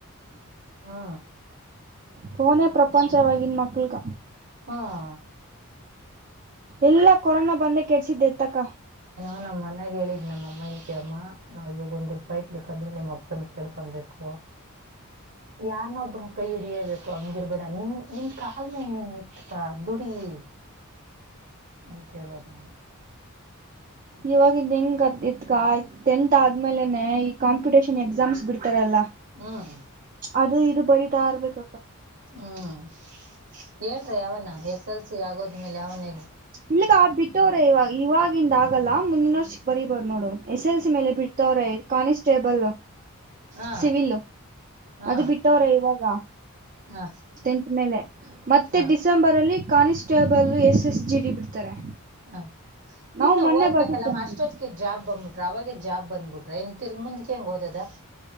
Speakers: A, on the right; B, on the right.
A: ಹಾ
B: ಪೋನ ಪ್ರಪಂಚವಾಗಿನ್ ಮಕ್ಳಗ
A: ಹ್ಮ್
B: ಎಲ್ಲ ಕೊರೋನಾ ಬಂದೇ ಕೆಡ್ಸಿದ್ದೆತಕ್ಕ.
A: ನಮ್ಮ್ ಮನ್ಗ ಹೇಳಿದ್ ನಮ್ಮ ಅಮ್ಮಕ ಅಮ್ಮ ನಾವ್ ಇವಾಗ ಒಂದ್ ರೂಪಾಯಿ ಬಕಂದ್ರೆ ನಿಮ್ಮ ಅಪ್ಪನ್ ಕೇಳ್ಕೊಬೇಕು ಹ ಯಾರನ್ನೊಬ್ ಕೈ ಹಿಡಿಯೇಬೇಕು ಹಂಗಿರ್ಬೇಡ ನಿನ್ ನಿನ್ ಕಾ ಮೇಲ ನಿನ್ ಇ ದುಡಿ, ಹ್ಮ್ ಅಂತ ಹೇಳೋದ್ ನಾನು
B: ಇವಾಗ ಹೆಂಗ್ ಅ ಇತ್ಕಾ ಟೆಂತ್ ಆದ್ಮೇಲೆನೆ ಈ ಕಾಂಪಿಟೇಷನ್ ಎಕ್ಸಾಮ್ಸ್ ಬಿಡ್ತ ಲ್ಲ
A: ಹ್ಮ್
B: ಅದು ಇದು ಬರತಾ ಇರ್ಬೇಕ
A: ಹ್ಮ್ ಹೇಳ್ರಿ ಅವನ ಎಸ್ ಎಲ್ಸ ಆಗೋದ್ಮೇಲೆ ಅವನ
B: ಇಲ್ಲಗ ಆ ಬಿಟ್ಟವ್ರ ಇವಾಗ ಇವಾಗ ಇಂದ ಆಗಲ್ಲ ಮುಂದಿನ ವರ್ ಬರಿಬಹ್ ನೋಡು ಎಸ್ ಎಲ್ ಸಿ ಮೇಲೆ ಬಿಡ್ತವ್ರೆ ಕಾಿಸಸ್ಟೇಬಲ್
A: ಹಾ
B: ಸಿವಿಲು
A: ಹಾ
B: ಅದು ಬಿಟ್ಟವ್ರ ಇವಾಗ
A: ಹ
B: ಟೆಂತ್ ಮೇಲೆ ಮತ್ತೆ
A: ಹಾ
B: ಡಿಸೆಂಬರ್ ಅಲ್ಲಿ constable S S G D ಬಿಡ್ತಾರೆ.
A: ಹ
B: ನಾವು
A: ಇನ್ನು
B: ಮೊನ್ನೆ
A: ಓದ್ಬೇಕಲ್ಲ
B: ಬರ್ದಿದ್ವನ್ರಿ
A: ಮಾ ಅಷ್ಟೊತ್ಕ ಜಾಬ್ ಬಂದ್ಬಿಟ್ಟ ಅವಾಗೆ ಜಾಬ್ ಬಂದ್ಬಿಟ್ರೆ ಇನ್ ತಿರ್ಗಿ ಮುಂದಕ್ಕೆ ಹೆಂಗ್ ಹಓದದ